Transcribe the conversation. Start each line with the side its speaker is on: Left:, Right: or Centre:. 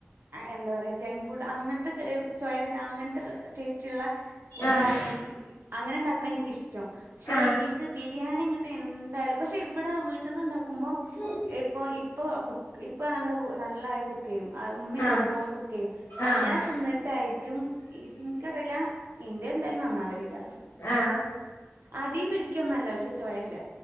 Right: എന്താ പറയ ജങ്ക് ഫുഡ് അങ്ങൻത്തെ ചൊയ വര്ന അങ്ങൻത്തെ ടേസ്റ്റ് ഉള്ള ഫുഡ്
Left: ആഹ്
Right: ആണ് എൻക്ക് അങ്ങനെ ഇണ്ടാക്ക്ണ എനിക്കിഷ്ടം പക്ഷെ
Left: ആഹ്
Right: ഈ ഇത് ബിരിയാണി ഇങ്ങട്ട് എന്തായാലും പക്ഷേ ഇവിടെ വീട്ടിന്ന്ണ്ടാക്കുമ്പൊം
Left: ഉം
Right: ഇപ്പോ ഇപ്പോ കുക്ക് ഇപ്പൾ നല്ല നല്ല കുക്ക് യ്യും ഉമ്മിം
Left: ആഹ്
Right: നല്ലോണം കുക്ക് ചെയ്യും അങ്ങനെ
Left: ആഹ് ആഹ്
Right: തിന്നിട്ടായിരി ക്കും ഇൻക്കറിയില്ല ഇന്റെ എന്തായാലും നന്നാവല് ല്ല
Left: ആഹ്
Right: അടി പിടിക്കൊന്നല്ല പക്ഷെ ചോയല്ല